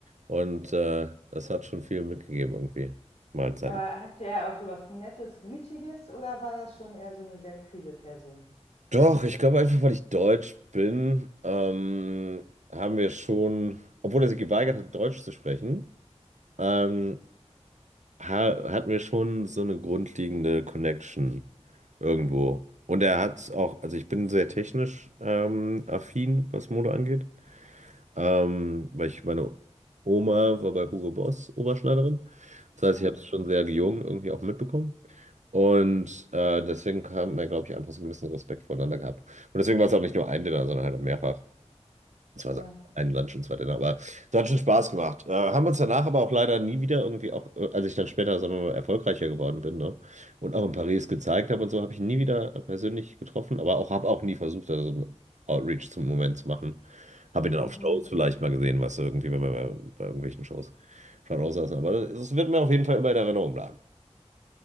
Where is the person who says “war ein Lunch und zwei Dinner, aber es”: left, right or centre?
Right